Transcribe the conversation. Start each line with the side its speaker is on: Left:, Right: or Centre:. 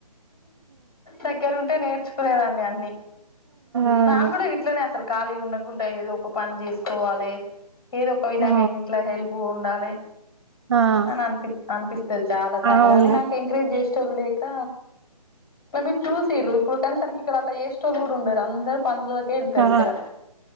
Left: దగ్గరంటే నేర్చ్ కునేదాన్ని అన్ని
Right: అవును
Left: నాక్ కూడా ఇట్లనే అసల్ ఖాళీగుండకుంట ఏదో ఒక పన్ చేస్కోవాలే ఏదో ఒక విధంగా
Right: ఆ
Left: ఇంట్ల హెల్ప్ ఉండాలె.
Right: ఆ
Left: అన్ అన్పిస్ అనిపిస్తది చాలా సార్లుగని
Right: అవును
Left: నాక్ ఎంకరేజ్ జేసేటోళ్ళు లేక మర్ మీర్ చూసిరు ఇప్పుడు కని తనకిక్కడ అట్ల చే సేటోళ్ళు గుడ ఉండర్ అందర్ పన్లోకే ఎళ్తర్
Right: ఆ ఆ
Left: ఇక్కడ